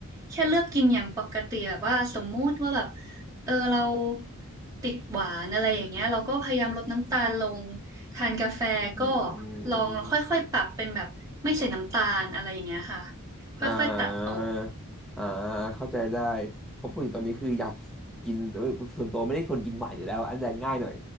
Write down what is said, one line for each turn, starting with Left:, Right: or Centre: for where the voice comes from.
Right: แค่เลือกกินอย่างปกติแบบว่าสมมุติว่าแบบเออเราติดหวานอะไรอย่างเงี้ยเราก็พยายามลดน้ำตาลลงทานกาแฟก็
Centre: อืม
Right: ลองค่อยๆปรับเป็นแบบไม่ใส่น้ำตาลอะไรอย่างเงี้ยค่ะค่อยๆตัดออก
Centre: อ่าอ่าเข้าใจได้เพราะปกติตอนนี้คืออยากกินแต่ว่าส่วนตัวไม่ได้คนกินหวานอยู่แล้วอันจะง่ายหน่อย